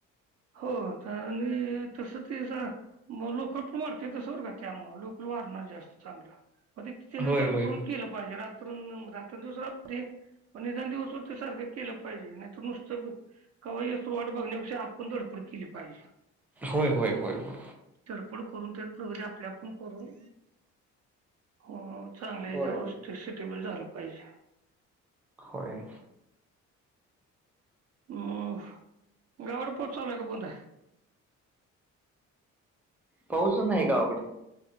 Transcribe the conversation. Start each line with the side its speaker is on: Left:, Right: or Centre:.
Right: हो आणि तसं तेचा मग लोकं पण वाढतेत, तसं बरं का? त्यामुळं लोकल वाढणार जास्त चांगलं. म तेने
Centre: होय
Right: धडपडून
Centre: होय
Right: केलं पाहिजे. रात त्रन रात्रंन दिवस राहू दे, पण निदान दिवसभर तर सारखं केलं पाहिजे. नाहीतर नुसतं कवा येस तवर वाट बघण्यापेक्षा, आपण धडपड केली पाहिजे.
Centre: होय होय होय होय.
Right: धडपड करून, त्यात प्रगती आपली आपण करून हो चांगल्या ह्याज्यावरच,
Centre: होय होय
Right: ते सिटेबल झालं पाहिजे.
Centre: होय.
Right: हम्म गोड पचायलाय का बंद आहे
Centre: पाऊसच नाही गावाकडं